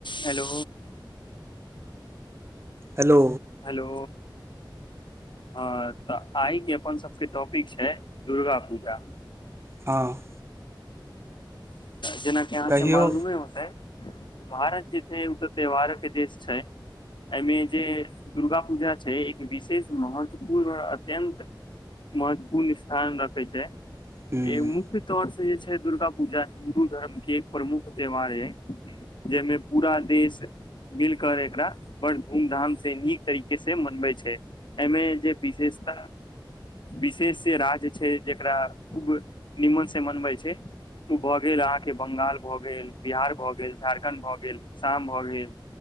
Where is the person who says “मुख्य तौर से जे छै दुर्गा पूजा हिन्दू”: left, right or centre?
Left